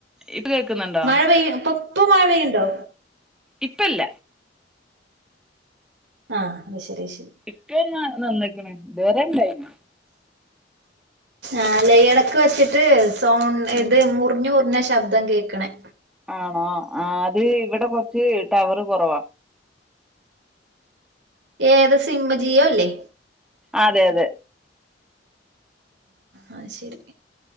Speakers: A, in the centre; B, on the right (about 75°).
A: ഇപ്പൊ കേക്കുന്നുണ്ടോ
B: മഴ പെയ്യ് ഇപ്പം മഴ പെയ്യുണ്ടോ?
A: ഇപ്പല്ല
B: ആഹ് അത് ശരി അത്ശരി
A: ഇപ്പാന്ന നിന്ന്ക്ക്ണ്ഇതവരെ ഇണ്ടേ നി
B: ആഹ് ഇടക്ക് വെച്ചിട്ട് സൗണ്ട്ഇത്
A: ഉം
B: മുറഞ്ഞു മുറിഞ്ഞ ശബ്ദം കേൾക്കണേ
A: ആണോ ആഹ് അത് ഇവടെ കുറച്ച് ടവർ കുറവാ
B: ഏതാ സിമ്മ് ജിയോ അല്ലേ
A: അതെ അതെ
B: ആഹ് ശെരി